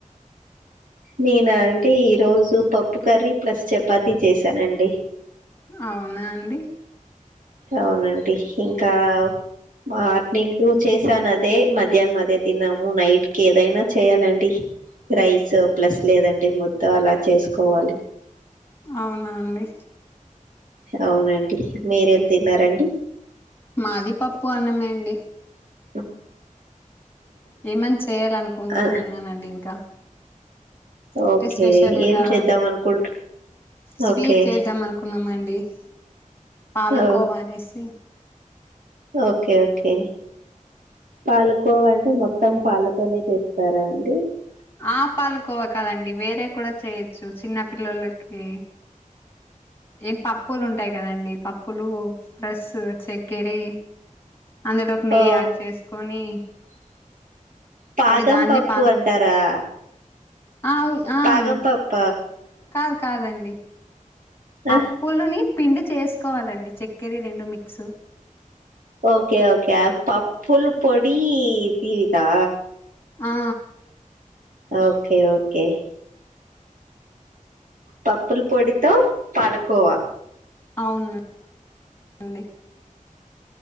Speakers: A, on the right; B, on the left.
A: నేనాంటీ ఈ రోజు పప్పు కర్రీ ప్లస్ చపాతీ చేసానండి
B: అవునా అండి
A: అవునండి ఇంకా మార్నింగ్ చేశాను అదే మధ్యాహ్నం అదే తిన్నాము నైట్ కి ఏదైనా చేయాలండి రైస్ ప్లస్ లేదంటే ముద్ద అలా చేసుకోవాలి
B: అవునా అండి
A: అవునండి మీరేం తిన్నారండి
B: మాది పప్పు అన్నమే అండి
A: అ
B: ఏమన్న్ చేయాలనుకుంటూ
A: ఆ,
B: ఉన్నానండి ఇంకా
A: ఓకే
B: అంటే స్పెషల్గా
A: ఏం చేద్దాం అనుకుంటు
B: స్వీట్
A: ఓకే
B: చేద్దాం అనుకున్నామండి ఏయ్ పాలకోవా
A: ఓ,
B: అనేసి
A: ఓకే ఓకే పాలుకోవ అంటే మొత్తం పాలతోనే చేస్తారా అండి
B: ఆ పాలకోవ కదండి వేరే కూడా చేయొచ్చు చిన్న పిల్లలకి ఏం పప్పులు ఉంటాయి కదండి పప్పులు ప్లస్ చక్కరీ అందులోకి నెయ్యి
A: ఓ
B: యాడ్ చేసుకొని
A: పాదం
B: అవే దాన్నే
A: పప్పు
B: పాల్
A: అంటారా
B: ఆ ఉన్ఆ
A: పాగం
B: కాదు
A: పప్ప
B: కాదు కాదండి
A: ఆ
B: అప్పులుని పిండి చేసుకోవాలండి చక్కెరీ రెండు మిక్సు
A: ఓకే ఓకే ఆ పప్పులు పొడి దీతా
B: ఆ
A: ఓకే ఓకే పప్పుల పొడితో పాలకోవా
B: ఆవును అండి